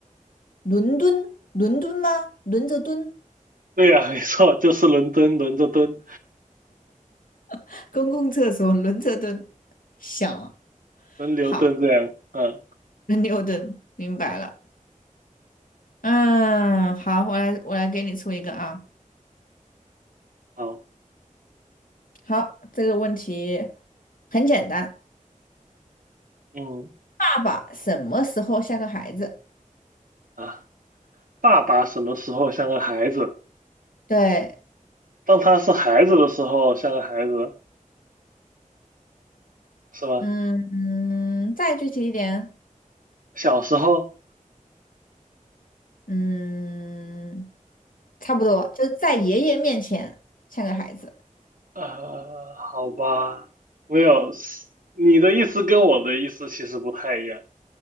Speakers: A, on the left (about 80°); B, on the right (about 75°).
A: 伦敦，伦敦吗？轮着蹲，
B: 对呀，没错，就是伦敦轮着蹲，
A: <laughs> 公共厕所轮着蹲，想，
B: 轮流蹲这样。
A: 好。
B: 嗯，
A: <laughs> 牛顿，明白了。嗯，好，我来我来给你出一个啊。
B: 好，
A: 好，这个问题很简单，
B: 嗯
A: 爸爸什么时候像个孩子？
B: 啊，爸爸什么时候像个孩子？
A: 对，
B: 当他是孩子的时候像个孩子，是吧？
A: 嗯嗯，再具体一点，
B: 小时候，
A: 嗯，差不多，就是在爷爷面前像个孩子。
B: 呃，好吧，没有，你的意思跟我的意思其实不太一样。